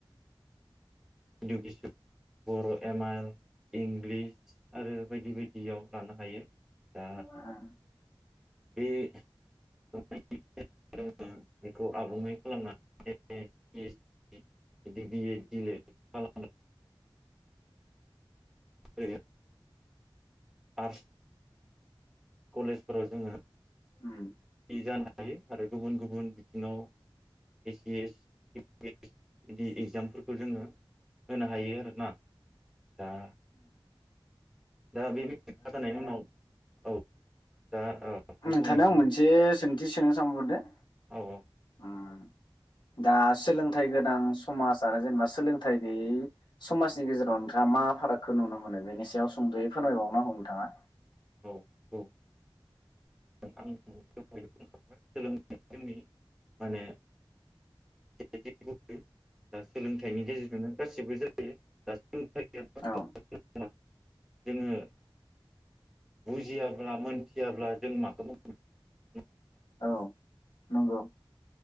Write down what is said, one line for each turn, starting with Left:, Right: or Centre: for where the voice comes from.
Centre: बिन्दु किसु बर' एमाल इंलिस आरो बायदि बायदियाव लानो हायो
Left: <unintelligible>
Centre: दा बे <unintelligible> <unintelligible> बेखौ आबुङै खालामनानै <unintelligible> बिदि बि एड <unintelligible> <unintelligible> आर्स कलेजफोराव जोङो
Left: उम
Centre: जानो हायो आरो गुबुन गुबुन बिथिङाव ए सि एस <unintelligible> बिदि एगजामफोरखौ जोङो होनो हायो आरो ना दा दा बे <unintelligible> औ दा औ
Left: नोंथांनियाव
Centre: फंनैसो
Left: आं मोनसे सोंथि सोंनो सानबावदो
Centre: औ औ
Left: उम दा सोलोंथाइ गोनां समाज आरो जेनेबा सोलोंथाइ गैयै समाजनि गेजेराव नोंथाङा मा फारागखौ नुनो मोनो बेनि सायाव सुंद'यै फोरमायबावनांगौ नोंथाङा।
Centre: औ औ <unintelligible> सोलोंथाइया जोंनि माने <unintelligible> सोलोंथाइनि गेजेरजोंनो गासिबो जायो <unintelligible>
Left: औ
Centre: जोङो बुजियाब्ला मोनथियाब्ला जों माखौ <unintelligible>
Left: औ नंगौ